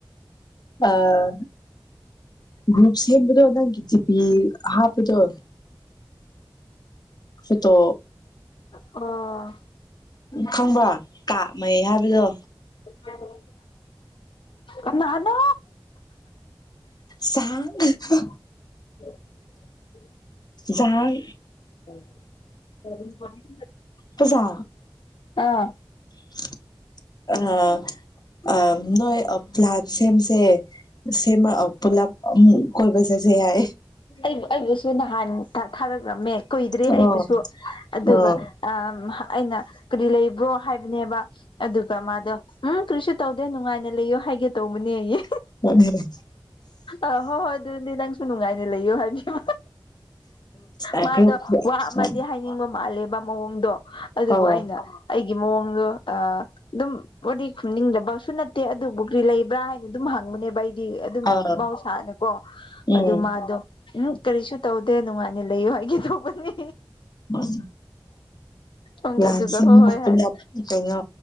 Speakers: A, on the left; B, on the left.
A: ꯑꯥ... ꯒ꯭ꯔꯨꯞ ꯁꯦꯝꯕꯗꯣ ꯅꯪꯒꯤ ꯖꯤꯄꯥꯌ ꯍꯥꯞꯄꯗꯣ ꯁꯨꯇꯣ
B: ꯑꯣ
A: ꯈꯪꯕ꯭ꯔꯥ ꯀꯥꯞ ꯃꯩ ꯍꯥꯏꯕꯗꯣ
B: <unintelligible> ꯀꯅꯥꯅꯣ
A: ꯆꯥꯛꯒ ꯒꯣ
B: <inaudible>
A: ꯖꯥꯏ
B: <unintelligible>
A: ꯄꯥꯖꯥ
B: ꯑꯥ
A: <inaudible> ꯑꯩꯉꯥ ꯑꯥ ꯅꯣꯏ ꯞꯂꯥꯟ ꯁꯦꯝꯁꯦ ꯁꯦꯝꯃꯛꯑꯥ ꯄꯨꯂꯞ ꯑꯃꯣꯛ ꯀꯣꯏꯕꯥ ꯆꯠꯁꯦ ꯍꯥꯏꯌꯦ
B: ꯑꯩ ꯑꯩꯒꯁꯨ <unintelligible> ꯇꯥꯊꯔꯛ ꯂꯝꯃꯦ ꯀꯨꯏꯗ꯭ꯔꯦ
A: ꯑꯣ
B: ꯑꯩꯕꯨꯁꯨ ꯑꯗꯨꯒ
A: ꯑ
B: ꯑꯝ ꯍꯥ ꯑꯩꯅ ꯀꯔꯤ ꯂꯩꯕ꯭ꯔꯣ ꯍꯥꯏꯕꯅꯦꯕ ꯑꯗꯨꯒ ꯃꯥꯗꯣ ꯎꯝ ꯀꯔꯤꯁꯨ ꯇꯧꯗꯦ ꯅꯨꯡꯉꯥꯏꯅ ꯂꯩꯌꯣ ꯍꯥꯏꯒꯦ ꯇꯧꯕꯅꯦꯌꯦ
A: <unintelligible>
B: ꯑꯥ ꯍꯣꯏ ꯍꯣꯏ ꯑꯗꯨꯅꯤ ꯅꯪꯁꯨ ꯁꯨ ꯅꯨꯡꯉꯥꯏꯅ ꯂꯩꯌꯨ ꯍꯥꯏꯕꯤꯌꯨ
A: ꯑ
B: ꯃꯥꯗꯣ
A: ꯒ꯭ꯔꯨꯞ ꯑꯥ
B: ꯋꯥ ꯑꯃꯗꯤ
A: ꯒ꯭ꯔꯨꯞ
B: ꯍꯥꯏꯅꯤꯡꯕ ꯃꯥꯜꯂꯦ ꯃꯑꯣꯡꯗꯣ ꯑꯗꯨꯕꯨ
A: ꯑꯣ
B: ꯑꯩꯅ ꯑꯩ ꯒꯤ ꯃꯑꯣꯡꯗꯣ ꯑꯥ ꯑꯗꯨꯝ ꯄꯔꯗ‌ꯦ ꯈꯨꯝꯅꯤꯡꯗꯕꯁꯨ ꯅꯠꯇꯦ ꯑꯗꯨꯕꯨ ꯀ꯭ꯔꯤ ꯂꯩꯕ꯭ꯔꯥ ꯍꯥꯏꯅ ꯑꯗꯨꯝ ꯍꯪꯕꯅꯦꯕ ꯑꯩ ꯑꯗꯨꯝ
A: ꯑꯥ
B: ꯃꯍꯧꯁꯥꯅꯤꯀꯣ
A: ꯎꯝ
B: ꯑꯗꯨ ꯃꯥꯗꯣ ꯎꯝ ꯀꯔꯤꯁꯨ ꯇꯧ ꯇ ꯅꯨꯡꯉꯥꯏ <unintelligible> ꯂꯩꯌꯨ ꯍꯥꯏꯒꯦ ꯇꯧꯕꯅꯦ
A: <unintelligible>
B: ꯎꯝ
A: ꯂꯥꯟꯁꯤ
B: ꯑꯗꯨꯒ ꯍꯣꯏ ꯍꯣꯏ
A: ꯄꯨꯂꯞ
B: ꯍꯥꯏꯅꯤ
A: ꯀꯩꯅꯣ